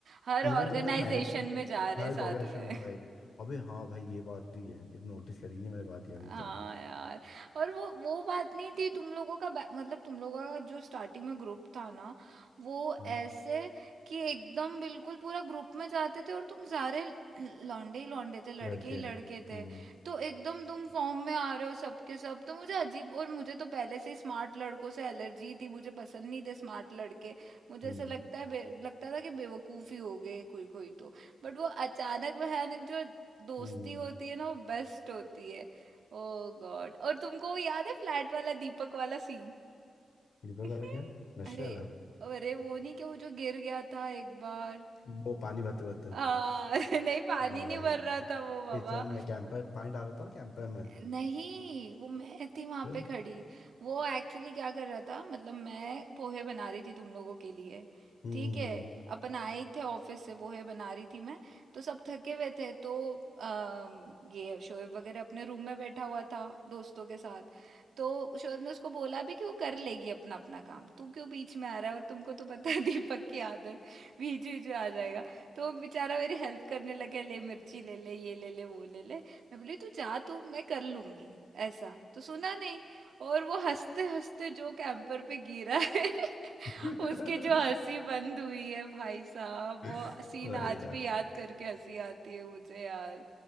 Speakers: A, on the right; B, on the left.
A: हर ऑर्गेनाइजेशन
B: इवन तो पता मयंक को-
A: में जा रहे
B: हर
A: साथ
B: कांग्रेचुलेशन
A: में
B: भाई अबे हाँ भाई ये बात भी है ये नोटिस करी नहीं मैंने बात यारी
A: हाँ
B: तो
A: यार और वो वो बात नहीं थी तुम लोगों का बै- मतलब तुम लोगों का जो स्टार्टिंग में ग्रुप था ना वो
B: हम्म
A: ऐसे कि एकदम बिल्कुल पूरा ग्रुप में जाते थे और तुम सारे ल- लौंडे ही लौंडे थे लड़के
B: लड़के
A: ही
B: हम्म
A: लड़के थे तो एकदम तुम फॉर्म में आ रहे हो सबके सब तो मुझे अजीब और मुझे तो पहले से स्मार्ट लड़कों से एलर्जी थी मुझे पसंद नहीं थे स्मार्ट लड़के मुझे
B: हम्म
A: ऐसा लगता है बे- लगता था कि बेवकूफ़ ही हो गए कोई कोई तो बट वो अचानक भयानक जो दोस्ती
B: हम्म
A: होती है ना वो बेस्ट होती है ओ गॉड और तुमको याद है फ्लैट वाला दीपक वाला सीन
B: दीपक
A: <laughs>
B: वाला क्या नशे
A: अरे
B: वाला
A: अरे वो नहीं क्या वो जो गिर गया था एक बार
B: वो पानी भरते भरते
A: हाँ <laughs> अरे नहीं पानी
B: हाँ
A: नहीं
B: भाई
A: भर रहा
B: किचन
A: था वो बाबा
B: में कैंपर पानी डाल रहा था ना कैंपर में
A: नहीं वो मैं थी वहां
B: फिर
A: पे खड़ी वो एक्चुअली क्या कर रहा था मतलब मैं पोहे बना रही थी तुम लोगों के लिए
B: हम्म
A: ठीक है
B: हम्म
A: अपन आए थे ऑफिस से पोहे बना रही थी मैं तो सब थके हुए थे तो अम, ये शोएब वगैरह अपने रूम में बैठा हुआ था दोस्तों के साथ तो शोएब ने उसको बोला भी कि वो कर लेगी अपना अपना काम तू क्यों बीच में आ रहा है और तुमको तो पता है <laughs> दीपक की आदत बीच बीच में आ जाएगा तो वो बेचारा मेरी हेल्प करने लगा ले मिर्ची ले ले ये ले ले वो ले ले मैं बोली तू जा तू मैं कर लूंगी ऐसा तो सुना नहीं और वो हंसते हंसते जो कैंपर पे गिरा है <laughs>
B: हम्म
A: उसकी जो हंसी बंद हुई है भाई साहब
B: <laughs>
A: वो सीन
B: वही
A: आज
B: यार
A: भी याद करके हंसी आती है मुझे यार